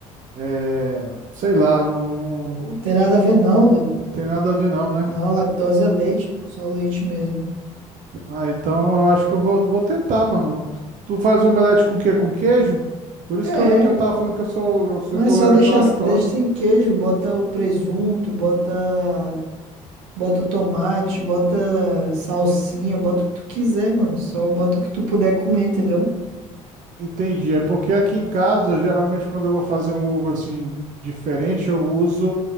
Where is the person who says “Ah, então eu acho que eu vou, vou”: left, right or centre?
Right